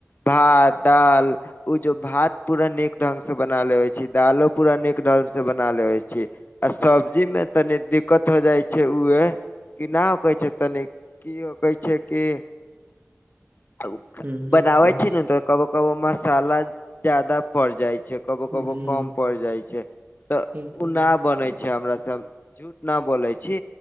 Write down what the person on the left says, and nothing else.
भात दाल उ जो भात पूरा नीक ढंग से बना लेवैय छी, दालो पूरा नीक ढंग से बना लेवैय छी। आ सब्जी में तनी दिक्कत हो जाइ छैय उहे कि नाव कहै छैय तनी की हो कहै छैय कि <unintelligible>
बनावै
छी ने त कभो कबो मसाला ज्यादा पड़ जाइ छैय, कबो कबो
कम पड़ जाइ छैय। त
उ
न बनैय
छैय हमरा से झूठ ना बोलैय छी